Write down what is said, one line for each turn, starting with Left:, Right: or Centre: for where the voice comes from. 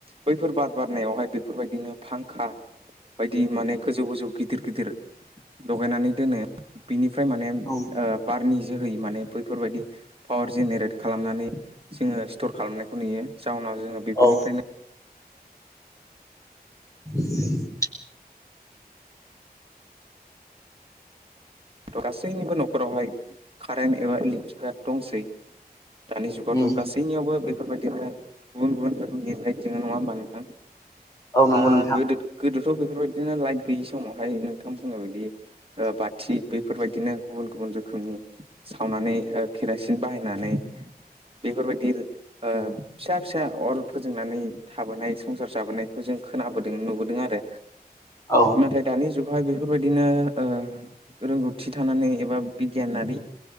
Right: बैफोर बाद बारनायावहाय बेफोरबायदिनो फांखा। बायदि माने गोजौ गोजौ गिदिर गिदिर लगायनानै दोनो। बिनिफ्राय माने
Left: औ
Right: ओ बारनि जोहै माने बैफोरबायदि पावार जेनेरेट खालामनानै जोङो स्टर खालामनायखौ नुयो। जाउनाव जोङो बेफोरनिफ्रायनो
Left: औ <inaudible>
Right: थ' गासैनिबो न'खरावहाय कारेन्ट एबा इलेक्ट्रिकआ दंसै। दानि जुगावथ'
Left: उम
Right: गासैनियावबो बेफोरबायदिनो गुबुन गुबुन रोखोमनि लाइट जोङ नङा होमबा नोंथां?
Left: औ नंगौ
Right: आर
Left: नोंथां
Right: गोदो गोदोथ' बेफोरबायदिनो लाइट गैयि समावहाय नोंथां बुङनाय बायदि ओ बाथि बैफोरबायदिनो गुबुन गुबुन रोखोमनि सावनानै ओ केरासिन बाहायनानै बेफोरबायदि ओ फिसा फिसा अर फोजोंनानै थाबोनाय संसार जाबोनायखौ जों खोनाबोदों नुबोदों आरो।
Left: औ
Right: नाथाय दानि जुगावहाय बेफोरबायदिनो ओ रोंगौथि थानानै एबा बिगियानारि